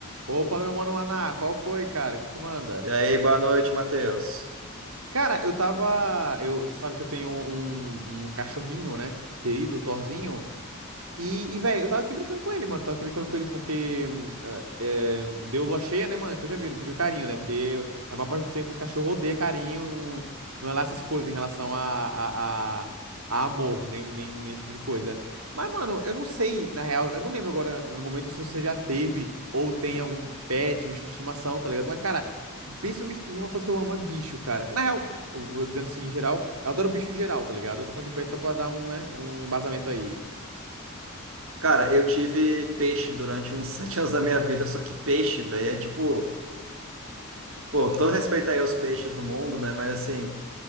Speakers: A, on the right (about 85°); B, on the right (about 65°).
A: Opa, meu mano Maná, qual foi, cara? O que que manda?
B: E aí, boa noite, Matheus.
A: Cara, eu tava. Eu, você sabe que eu tenho um, um um cachorrinho, né? Querido, Thorzinho. E, e velho, eu tava aqui brincando com ele, mano. Tava aqui brincando com ele porque hum, é, é, deu lua cheia, né, mano? Então já viu, ele pediu carinho, né? Porque a maior parte do tempo os cachorros odeiam carinho, não, não é lá essas coisas em relação a, a, a, a amor, nem, nem, nem esse tipo de coisa. Mas, mano, eu não sei, na real, eu não lembro agora no momento se você já teve ou tem algum pet, bicho de estimação, tá ligado? Mas, cara, pensa no bicho- numa coisa que eu amo, é bicho, cara. Na real, eu vou dizendo assim, em geral, eu adoro bicho em geral, tá ligado? Eu tô falando de pet só pra dar um, né, um embasamento aí.
B: Cara, eu tive peixe durante uns <laughs> sete anos da minha vida, só que peixe, velho, é tipo, pô, todo respeito aí aos peixes do mundo, né? Mas assim,